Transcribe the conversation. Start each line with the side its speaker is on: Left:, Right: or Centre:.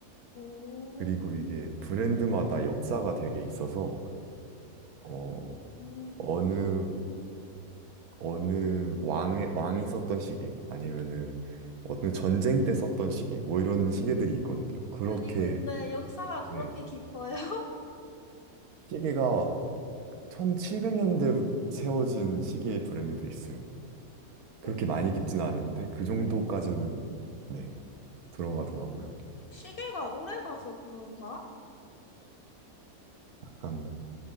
Left: 오,
Right: 그리고 이게 브랜드마다 역사가 되게 있어서 어,
Left: 오.
Right: 어느 어느 왕의 왕이 썼던 시계 아니면은 어떤 전쟁 때 썼던 시계 뭐 이런 시계들이 있거든요. 그렇게
Left: 아니, 근데 역사가
Right: 네.
Left: 그렇게 깊어요? <laughs>
Right: 시계가 1700년대 부터 세워진 시계 브랜드도 있어요. 그렇게
Left: 오,
Right: 많이 깊진 않은데 그 정도까지는 네, 들어가더라고요.
Left: 시계가 오래 가서 그런가?
Right: 약간